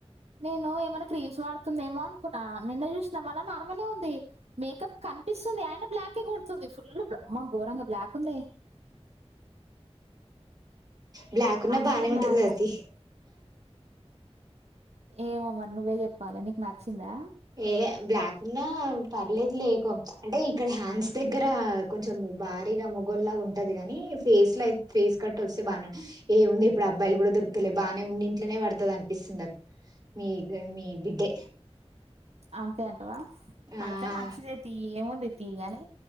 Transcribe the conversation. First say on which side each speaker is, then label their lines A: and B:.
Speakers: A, on the right; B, on the right.
A: నేను ఏమైనా క్రీమ్స్ వాడుతుందేమో అనుకున్నా నిన్న చూసినా మళ్ళ నార్మలే ఉంది. మేకప్ కనిపిస్తుంది అయిన బ్లాకే కొడుతుంది. ఫుల్ ఆమ్మో గోరంగ బ్లాక్ ఉంది
B: బ్లాక్ ఉన్నా బాగానే
A: లోనే
B: ఉంటది
A: బ్లాక్
B: కదా తీ
A: ఏమో మరి నువ్వే చెప్పాలి నీకు నచ్చిందా
B: ఏ బ్లాక్ ఉన్నా పర్లేదు లేకో అంటే ఇక్కడ హ్యాండ్స్ దగ్గర కొంచెం భారీగా మొగోల్లాగా ఉంటది. కాని ఫేస్ లో అయి ఫేస్ కట్ వస్తే బాగానే ఉంటది. ఏముంది ఇప్పుడు అబ్బాయిలు కూడా దొరుకుతలే బాగానే ఉన్ని ఇంట్లోనే పడతది అనిపిస్తుంది. అ మీ మీ బిడ్డే
A: అంతే అంతే
B: ఆ
A: పడితే మంచిదే తి ఏముంది తీ గాని